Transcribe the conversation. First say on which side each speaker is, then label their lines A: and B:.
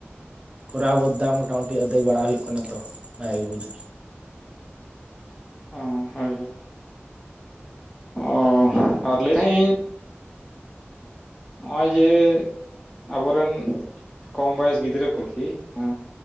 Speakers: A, on the right; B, on the left.
A: ᱠᱚᱨᱟᱣ ᱜᱚᱫᱟ ᱢᱚᱴᱟᱢᱩᱴᱤ ᱟᱹᱫᱟᱹᱭ ᱵᱟᱲᱟ ᱦᱩᱭᱩᱜ ᱠᱟᱱᱟ ᱛᱚ ᱱᱟ ᱜᱮ ᱵᱩᱡᱟ
B: ᱚ ᱦᱳᱭ ᱦᱳᱭ᱾ ᱚ ᱟᱨ ᱞᱟᱹᱭᱮᱫ ᱛᱟᱦᱮᱫ ᱤᱧ᱾ ᱱᱚᱜᱼᱚᱭ ᱡᱮ ᱟᱵᱚᱨᱮᱱ ᱠᱚᱢ ᱵᱚᱭᱮᱥ ᱜᱤᱫᱽᱨᱟᱹ ᱠᱚ ᱠᱮ ᱚᱱᱟ